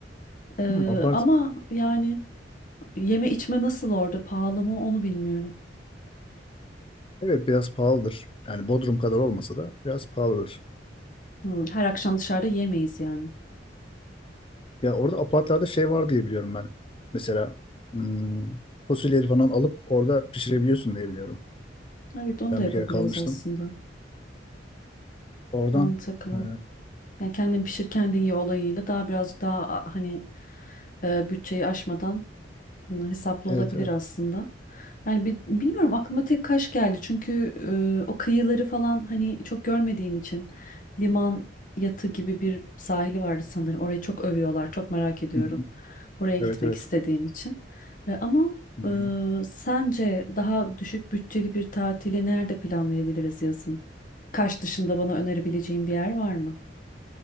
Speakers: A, on the left; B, on the left.
A: Ee,
B: Hmm, apart
A: ama yani yeme içme nasıl orada pahalı mı onu bilmiyorum.
B: evet biraz pahalıdır. Yani Bodrum kadar olmasa da biraz pahalıdır.
A: Hmm, her akşam dışarıda yemeyiz yani.
B: Ya orada apartlarda şey var diye biliyorum ben. Mesela hmm, fasulyeleri falan alıp orada pişirebiliyorsun diye biliyorum.
A: Evet onu
B: Ben
A: da yapabiliriz
B: bir kere kalmıştım.
A: aslında.
B: Oradan
A: Mantıklı.
B: e,
A: Yani kendin pişir kendin ye olayıyla daha biraz daha a- hani e, bütçeyi aşmadan Hmm, Hesaplı
B: evet
A: olabilir
B: evet.
A: aslında. Yani bi- bilmiyorum aklıma tek Kaş geldi. Çünkü e, o kıyıları falan hani çok görmediğim için liman yatı gibi bir sahili vardı sanırım. Orayı çok övüyorlar. Çok merak ediyorum.
B: Hı hı.
A: Oraya gitmek
B: Evet evet.
A: istediğim için. E, ama
B: Hı hı.
A: e, sence daha düşük bütçeli bir tatili nerede planlayabiliriz yazın? Kaş dışında bana önerebileceğin bir yer var mı?